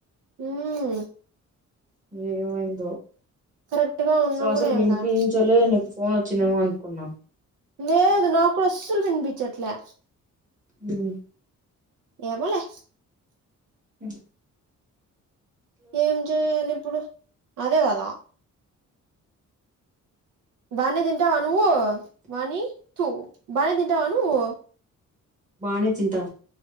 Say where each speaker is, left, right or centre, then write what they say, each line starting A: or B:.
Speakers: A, on the right; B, on the right.
A: హ్మ్
B: ఏమైందో
A: కరెక్ట్ గా ఉన్నా
B: సో అసలు
A: కూడా ఏం
B: వినిపించలే
A: కాదు
B: పోన్ వచ్చిందేమో అనుకున్నా
A: లేదు నాకూడా అస్సలు వినిపించట్లే
B: హుమ్
A: ఏమోలే
B: ఉ
A: ఏం చెయాలి ఇప్పుడు అదే కదా బానే తింటావా నువ్వు వాని తు బానే తింటావా నువ్వు
B: బానే తింటా